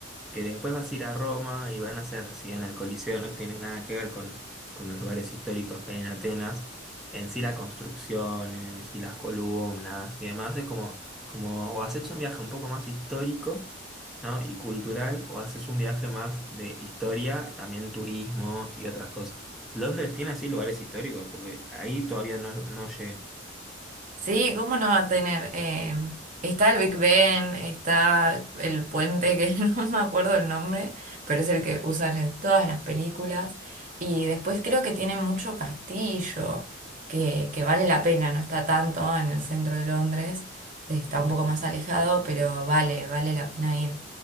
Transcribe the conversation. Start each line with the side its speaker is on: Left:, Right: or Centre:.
Centre: que después vas a ir a Roma y van a ser si bien el Coliseo no tiene nada que ver con, con los lugares históricos que hay en Atenas, en sí las construcciones y las columnas y demás, es como, como o haces un viaje un poco más histórico, ¿no? y cultural, o haces un viaje más de historia, también turismo y otras cosas. Londres tiene así lugares históricos, porque ahí todavía no, no llegué.
Right: Sí, ¿cómo no va a tener? Eh, está el Big Ben, está el puente que <laughs> no me acuerdo el nombre, pero es el que usan en todas las películas. Y después creo que tiene mucho castillo, que, que vale la pena, no está tanto en el centro de Londres, está un poco más alejado, pero vale, vale la pena ir.